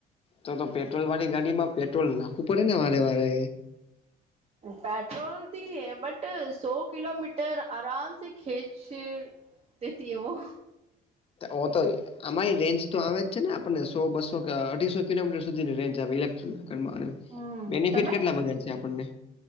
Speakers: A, on the left; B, on the right.
A: તો તો પેટ્રોલ વાળી ગાડીમાં પેટ્રોલ નાખવું પડે ને વારે વારે
B: પેટ્રોલથી હૈ બટ સો કિલોમીટર આરામ સે ખેંચ તેથી એવો
A: ઓ તો અમાયે રેન્જ તો આવે જ છે ને આપણને સો બસો કે અઢીસો કિલોમીટર સુધીની રેન્જ આવે ઈલેકટ્રિકલમા અને
B: હમ
A: બેનિફિટ
B: તમે
A: કેટલા બધા છે આપણને